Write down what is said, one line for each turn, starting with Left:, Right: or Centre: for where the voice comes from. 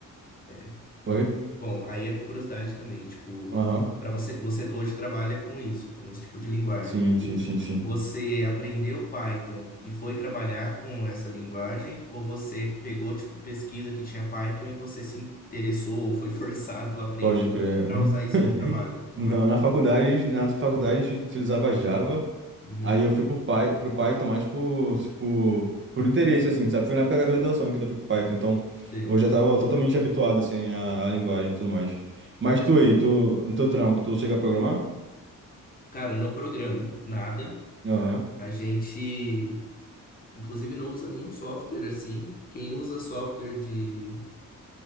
Left: é-
Right: Oi?
Left: Bom, aí é curiosidade também. Tipo,
Right: Aham.
Left: para você, você hoje trabalha com isso, com esse tipo de linguagem.
Right: Sim,
Left: Tipo,
Right: sim, sim, sim.
Left: você aprendeu Python e foi trabalhar com essa linguagem, ou você pegou, tipo, pesquisa que tinha Python e você se interessou ou foi <laughs> forçado a aprender
Right: Pode crer.
Left: para
Right: <laughs>
Left: usar isso no trabalho?
Right: Não,
Left: Como é que
Right: na
Left: foi?
Right: faculdade, a gente- na faculdade a gente utilizava Java,
Left: Uhum.
Right: aí eu fui pro, Py, pro Python mais por, tipo, por interesse, assim, sabe? Foi na época da graduação que eu fui pro Python, então
Left: Sim.
Right: eu já tava totalmente habituado, assim, à, à linguagem e tudo mais. Mas
Left: Ah,
Right: tu aí,
Left: tá.
Right: tu, no teu trampo, tu chega a programar?
Left: Cara, eu não programo nada.
Right: Aham,
Left: A gente, inclusive, não usa nenhum software assim. Quem usa software de,